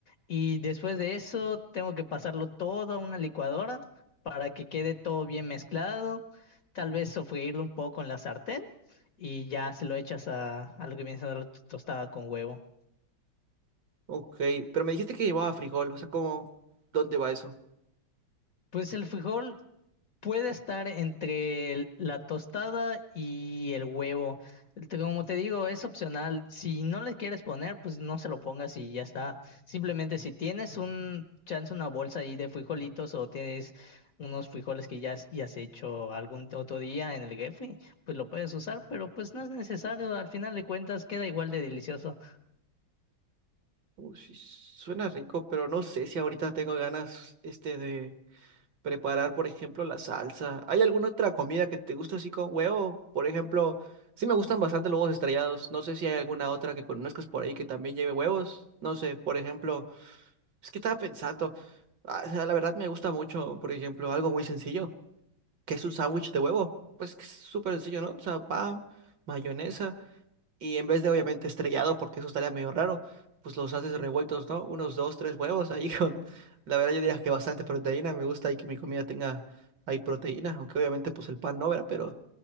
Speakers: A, on the left (about 55°); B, on the right (about 60°).
A: y después de eso tengo que pasarlo todo a una licuadora para que quede todo bien mezclado. Tal vez sofreírlo un poco en la sartén y ya se lo echas a, a lo que viene siendo tostada con huevo.
B: Ok, pero me dijiste que llevaba frijol, o sea, ¿cómo? ¿Dónde va eso?
A: Pues el frijol puede estar entre el- la tostada y el huevo. Te- Como te digo, es opcional. Si no le quieres poner, pues no se lo pongas y ya está. Simplemente si tienes un chance, una bolsa ahí de frijolitos o tienes unos frijoles que ya, has- ya has hecho algún otro día en el refri, pues lo puedes usar, pero pues no es necesario. Al final de cuentas, queda igual de delicioso.
B: Uy, sí, suena rico, pero no sé si ahorita tengo ganas, este, de... preparar, por ejemplo, la salsa. ¿Hay alguna otra comida que te guste así con huevo? Por ejemplo, sí me gustan bastante los huevos estrellados. No sé si hay alguna otra que conozcas por ahí que también lleve huevos. No sé, por ejemplo, es que estaba pensando, ah, o sea, la verdad me gusta mucho, por ejemplo, algo muy sencillo, que es un sándwich de huevo. Pues es que es súper sencillo, ¿no? O sea, pan, mayonesa. Y en vez de obviamente estrellado, porque eso estaría medio raro, pues los haces revueltos, ¿no? Unos dos, tres huevos ahí <laughs> con, la verdad yo diría que bastante proteína, me gusta ahí que mi comida tenga ahí proteína, aunque obviamente pues el pan no, ¿verdad? Pero